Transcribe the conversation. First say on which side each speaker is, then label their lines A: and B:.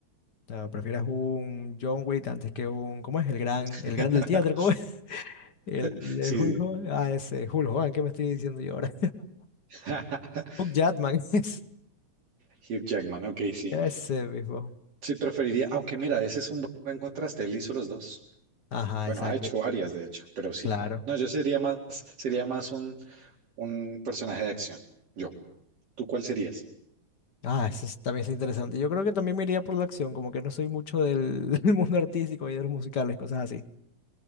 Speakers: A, on the left (about 45°); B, on the right (about 55°).
A: O sea, ¿prefieres un John Wick antes que un, ¿cómo es? El gran,
B: <laughs>
A: el gran del teatro, ¿cómo es? <laughs> El,
B: Sí,
A: el Hulk
B: sí.
A: Hogan, ah, ese, Hulk Hogan, ¿qué me estoy diciendo yo ahora?
B: <laughs>
A: <laughs> Hugh Jackman, <laughs> es,
B: Hugh Jackman, ok, sí.
A: ese mismo.
B: Sí, preferiría, aunque mira, ese es un buen contraste, él hizo los dos.
A: Ajá,
B: Bueno,
A: exacto,
B: ha hecho
A: el
B: varias,
A: juez.
B: de hecho, pero sí.
A: Claro.
B: No, yo sería más, sería más un, un personaje de acción. Yo. ¿Tú cuál serías?
A: Ah, eso es- también es interesante. Yo creo que también me iría por la acción, como que no soy mucho del, <laughs> del mundo artístico y de los musicales, cosas así.